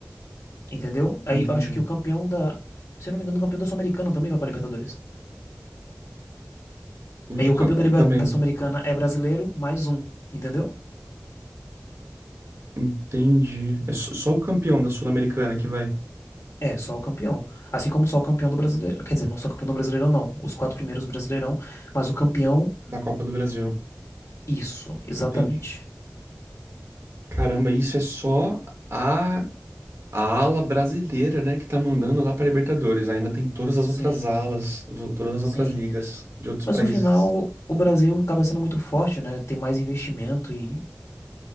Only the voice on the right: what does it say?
Entendi.
Os
cam-
também.
Entendi. É só, só o campeão da Sul-Americana que vai.
Da Copa do Brasil.
Entendi. Caramba, isso é só a a ala brasileira, né, que tá mandando lá pra Libertadores. Ainda tem todas
as outras alas, os- todas as
outras ligas de outros
países.